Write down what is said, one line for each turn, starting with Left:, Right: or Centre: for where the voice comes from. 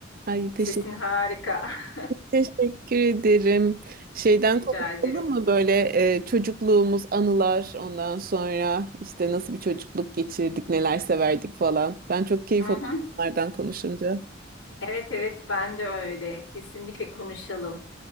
Right: Ay teşekkür,
Left: Sesin harika. <laughs>
Right: teşekkür ederim. Şeyden
Left: Rica
Right: konuşalım
Left: ederim.
Right: mı böyle e, çocukluğumuz, anılar, ondan sonra işte nasıl bir çocukluk geçirdik, neler severdik falan. Ben çok keyif
Left: Hı
Right: alıyorum
Left: hı.
Right: bunlardan konuşunca.
Left: Evet evet ben de öyle. Kesinlikle konuşalım.